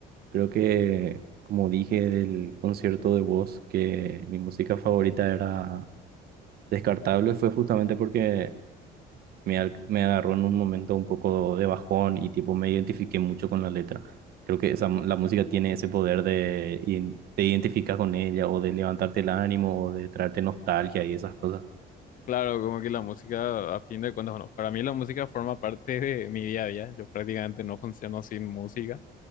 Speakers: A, on the right (about 65°); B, on the left (about 55°).
A: creo que, como dije del concierto de voz que mi música favorita era Descartable, fue justamente porque me, al- me agarró en un momento un poco de bajón y tipo me identifiqué mucho con la letra. Creo que esa, la música tiene ese poder de in- te identificas con ella o de levantarte el ánimo o de traerte nostalgia y esas cosas.
B: Claro, como que la música, a fin de cuentas, bueno, para mí la música forma parte de mi día a día. Yo prácticamente no funciono sin música,